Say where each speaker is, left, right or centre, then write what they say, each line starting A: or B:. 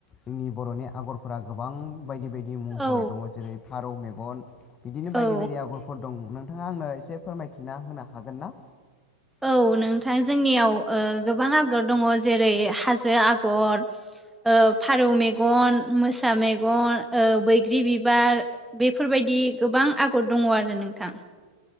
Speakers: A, on the left; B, in the centre.
A: जोंनि बर'नि आगरफोरा गोबां बायदि-बायदि मुंफोर
B: औ
A: दङ जेरै फारौ मेगन बिदिनो बायदि-बायदि
B: औ
A: आगर फोर दं नोंथाङा आंनो एसे फोरमायथिना होनो हागोन ना।
B: औ नोंथां जोंनियाव ओ गोबां आगर दङ जेरै हाजो आगर ओफारौ मेगन मोसा मेगन ओ बैग्रि बिबार बेफोरबायदि गोबां आगर दङ आरो नोंथां।